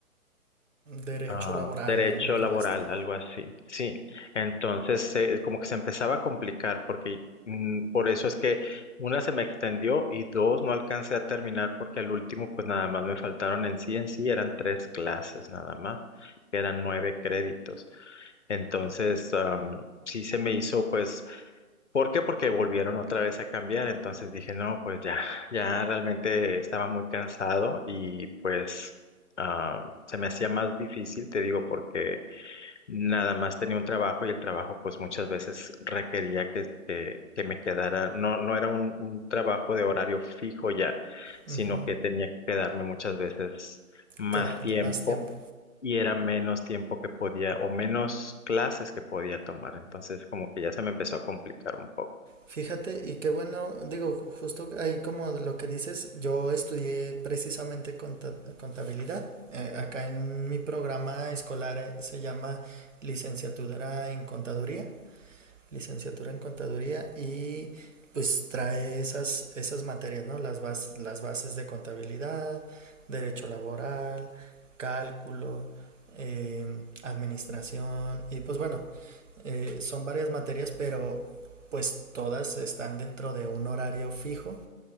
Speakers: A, on the right; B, on the left.
A: Derecho
B: ah,
A: laboral,
B: derecho
A: algo por
B: laboral,
A: el estilo.
B: algo así. Sí, entonces eh, como que se empezaba a complicar porque mm, por eso es que una se me extendió y dos no alcancé a terminar porque al último pues nada más me faltaron en sí en sí eran tres clases nada más, que eran nueve créditos. Entonces, am, sí se me hizo pues ¿Por qué? Porque volvieron otra vez a cambiar, entonces dije, no, pues ya, ya realmente estaba muy cansado y pues ah, se me hacía más difícil, te digo, porque nada más tenía un trabajo y el trabajo pues muchas veces requería que, que, que me quedara, no, no era un, un trabajo de horario fijo ya, sino
A: Ujú.
B: que tenía que quedarme muchas veces más
A: Quedarte
B: tiempo.
A: más tiempo.
B: Y era menos tiempo que podía, o menos clases que podía tomar. Entonces, como que ya se me empezó a complicar un poco.
A: Fíjate, y qué bueno, digo, justo ahí como lo que dices, yo estudié precisamente conta- contabilidad. Eh, acá en mi programa escolar eh, se llama licenciatura en contaduría, licenciatura en contaduría y pues trae esas, esas materias, ¿no? Las bas- las bases de contabilidad, derecho laboral, cálculo, em, administración y pues bueno, eh, son varias materias, pero pues todas están dentro de un horario fijo